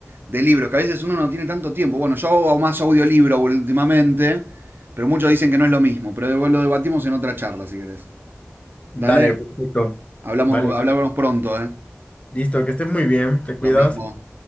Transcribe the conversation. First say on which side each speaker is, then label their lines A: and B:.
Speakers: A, on the right (about 45°); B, on the left (about 25°).
A: de libros, que a veces uno no tiene tanto tiempo. Bueno, yo hago más audiolibro últimamente, pero muchos dicen que no es lo mismo, pero lo debatimos en otra charla, si querés.
B: Dale,
A: Dale,
B: perfecto.
A: hablamos,
B: Vale,
A: hablamos pronto, ¿eh?
B: listo, que estés muy bien, te cuidas.
A: Lo mismo.